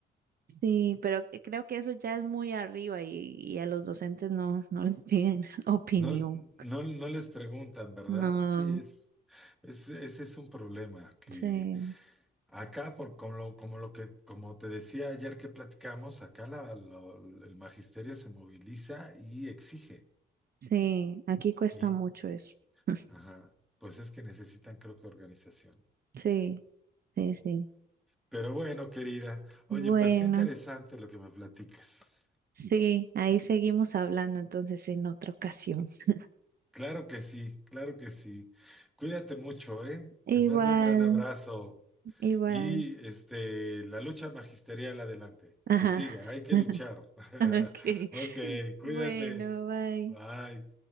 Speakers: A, on the right; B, in the centre.
A: Sí, pero que- creo que eso ya es muy arriba y, y a los docentes no, no les piden <laughs> opinión.
B: No, no, no les preguntan, ¿verdad?
A: No,
B: Sí, es, es, ese es un problema que
A: sí,
B: Acá, por, como, lo, como lo que, como te decía ayer que platicamos, acá la- lo- el magisterio se moviliza y exige.
A: sí, aquí cuesta
B: Y,
A: mucho eso. <laughs>
B: ajá, pues es que necesitan, creo que, organización.
A: Sí, sí, sí.
B: Pero bueno, querida,
A: Bueno,
B: oye, pues qué interesante lo que me platicas.
A: sí, ahí seguimos hablando entonces en otra ocasión. <laughs>
B: Claro que sí, claro que sí. Cuídate mucho, ¿eh?
A: Igual,
B: Te mando un gran abrazo.
A: igual.
B: Y este, la lucha magisterial adelante,
A: Ajá.
B: que siga, hay que
A: <laughs>
B: luchar. <laughs>
A: Ok.
B: Ok, cuídate.
A: Bueno, bye.
B: Bye.